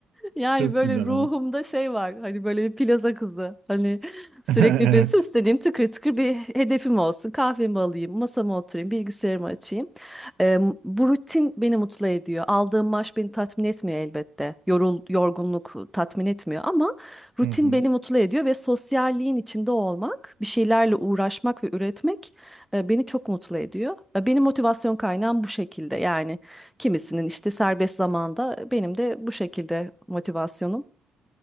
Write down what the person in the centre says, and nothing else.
Yani
böyle
ruhumda
şey var. Hani böyle bir plaza kızı. Hani sürekli
bir süsleneyim,
tıkır tıkır bir hedefim olsun. Kahvemi alayım, masama oturayım, bilgisayarımı açayım. Eee, bu rutin beni mutlu ediyor. Aldığım maaş beni tatmin etmiyor elbette. Yorul, yorgunluk tatmin etmiyor ama rutin
beni mutlu ediyor ve sosyalliğin içinde olmak, bir şeylerle uğraşmak ve üretmek e, beni çok mutlu ediyor. E, Benim motivasyon kaynağım bu şekilde. Yani Kimisinin işte serbest zamanda benim de bu şekilde motivasyonum.